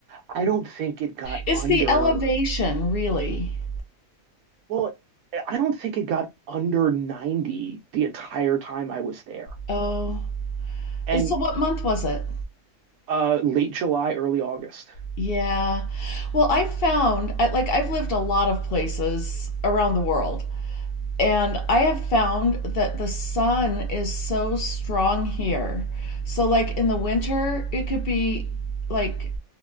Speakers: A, on the right; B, on the left.
A: I don't think it got
B: It's
A: under.
B: the elevation, really.
A: Well, I don't think it got under 90 the entire time I was there.
B: Oh.
A: And
B: So what month was it?
A: uh late July, early August.
B: Yeah. Well, I've found, I, like, I've lived a lot of places around the world, And I have found that the sun is so strong here. So, like in the winter, it could be like